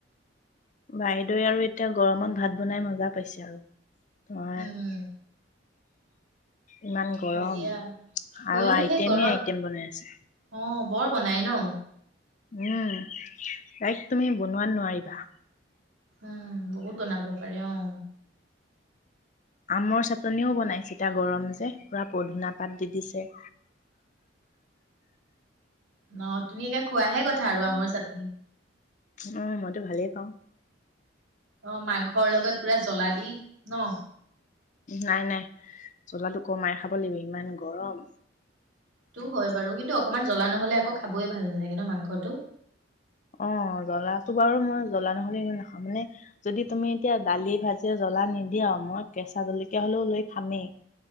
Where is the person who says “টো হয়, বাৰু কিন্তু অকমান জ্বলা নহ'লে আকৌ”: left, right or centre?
Right